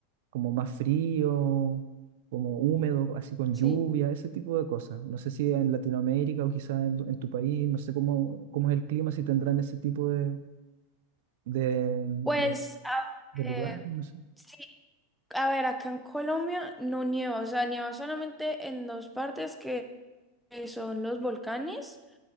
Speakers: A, on the right; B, in the centre.
A: como más frío, como húmedo, así con
B: sí.
A: lluvia, ese tipo de cosas. No sé si en Latinoamérica o quizás en, tu en tu país, no sé cómo, cómo es el clima, si tendrán ese tipo de, de, de-
B: Pues a
A: de
B: ver,
A: lugares, no sé.
B: sí, a ver, acá en Colombia no nieva, o sea, nieva solamente en dos partes que que son los volcanes,